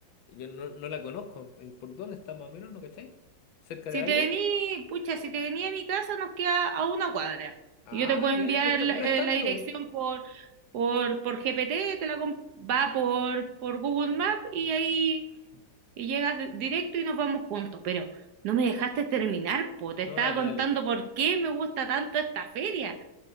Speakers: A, on the left; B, on the right.
A: Yo no, no la conozco. ¿En- ¿Por dónde está más o menos? ¿No cacháis? ¿Cerca
B: Si
A: de algo?
B: te vení, pucha, si te vení a mi casa nos queda a una cuadra.
A: Ah,
B: Y Yo te puedo
A: ya,
B: enviar
A: no es, ta-
B: la,
A: no
B: eh,
A: es tanto.
B: la dirección por, por, por GPT, te la com- va por, por Google Maps y ahí y llegas de- directo y nos vamos juntos. Pero no me dejaste terminar, po. Te estaba
A: No, dale,
B: contando
A: dale.
B: por qué me gusta tanto esta feria.